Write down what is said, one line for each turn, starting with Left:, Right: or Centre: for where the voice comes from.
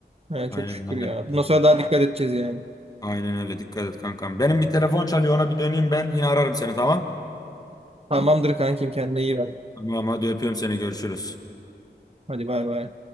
Right: He,
Left: Aynen
Right: çok şükür
Left: aynen.
Right: ya. Bundan sonra daha dikkat edeceğiz yani.
Left: Aynen öyle dikkat et kankam. Benim bir telefon çalıyor ona bir döneyim ben yine ararım seni tamam.
Right: Tamamdır kankim kendine iyi bak.
Left: Tamam hadi öpüyorum seni görüşürüz.
Right: Hadi bay bay.